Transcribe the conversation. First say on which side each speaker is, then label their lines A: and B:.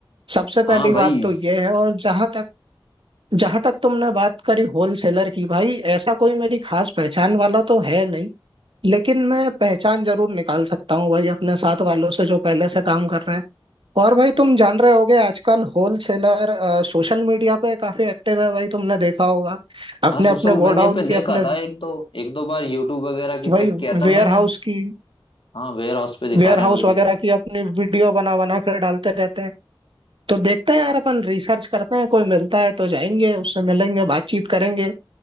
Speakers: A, on the right (about 70°); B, on the left (about 75°).
A: सबसे पहली
B: हाँ भाई
A: बात तो ये है और जहां तक जहां तक तुमने बात करी होलसेलर की भाई ऐसा कोई मेरी खास पहचान वाला तो है नहीं लेकिन मैं पहचान जरूर निकाल सकता हूँ भाई अपने साथ वालों से जो पहले से काम कर रहे हैं और भाई तुम जान रहे होगे आजकल होलसेलर सोशल मीडिया पे काफी एक्टिव है भाई तुमने देखा होगा अपने
B: हाँ सोशल
A: अपने गोडाउन
B: मीडिया पे
A: की
B: देखा
A: अपने
B: था एक दो एक दो बार यूट्यूब वगैरह की
A: भाई
B: चेक किया था
A: वेयर
B: मैंने
A: हाउस की
B: हाँ वेयर हाउस पे दिखा
A: वेयर
B: रहे
A: हाउस
B: हैं वीडियो
A: वगैरह की अपनी वीडियो बना बना कर डालते रहते हैं तो देखते हैं यार अपन रिसर्च करते हैं कोई मिलता है तो जाएंगे उससे मिलेंगे बातचीत करेंगे